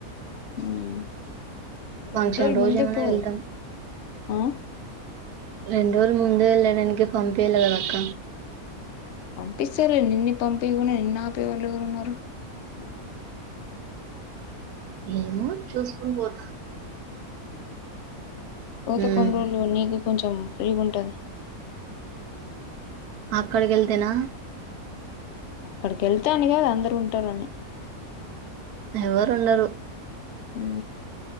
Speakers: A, on the left; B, on the right.
A: హ్మ్
B: ఫంక్షన్
A: రెండు రోజులు
B: రోజేమైనా
A: ముందే పో
B: వెళ్తాం.
A: ఆ
B: రెండు రోజుల ముందే లేవని కి పంపియలి కదా అక్క
A: పంపిస్తారు నిన్ను పంపయకుండా నిన్ను ఆపేవాళ్ళు ఎవరు ఉన్నారు
B: ఏమో చూసుకుని పోతా
A: పోత
B: హ్మ్.
A: కొన్ని రోజులు నీకు కొంచెం ఫ్రీగా ఉంటది
B: అక్కడికి వెళ్తే నా
A: అక్కడికి వెళ్తా అని కాద అందరు ఉంటారు అని
B: ఎవరు ఉండరు
A: ఉ